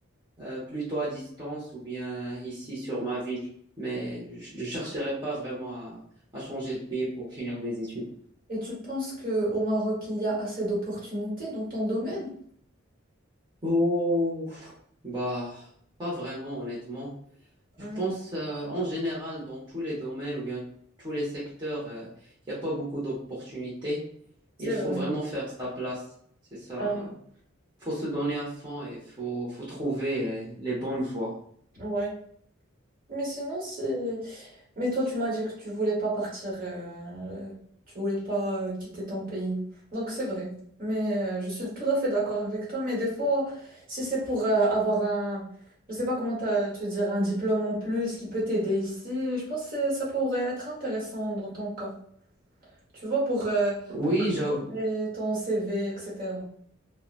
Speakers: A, on the right; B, on the right.
A: euh, plutôt à distance ou bien ici sur ma ville. Mais je ne chercherai pas vraiment à, à changer de pays pour finir mes études.
B: Et tu penses que au Maroc, il y a assez d'opportunités dans ton domaine?
A: Oh, bah, pas vraiment, honnêtement.
B: Hmm,
A: Je pense euh, en général, dans tous les domaines ou bien tous les secteurs, euh, il n'y a pas beaucoup d'opportunités.
B: C'est
A: Il faut
B: vrai.
A: vraiment faire sa place. C'est ça
B: Euh,
A: faut se donner à fond et faut, faut trouver euh, les bonnes voies.
B: ouais. Mais sinon, si, Mais toi, tu m'as dit que tu voulais pas partir, euh, tu voulais pas euh, quitter ton pays. Donc c'est vrai. Mais euh, je suis tout à fait d'accord avec toi. Mais des fois, si c'est pour euh, avoir un, je sais pas comment t'as- te dire, un diplôme en plus qui peut t'aider ici, je pense que c'est- ça pourrait être intéressant dans ton cas. Tu vois, pour, euh,
A: Oui,
B: pour
A: j'avoue,
B: améliorer ton CV, etc.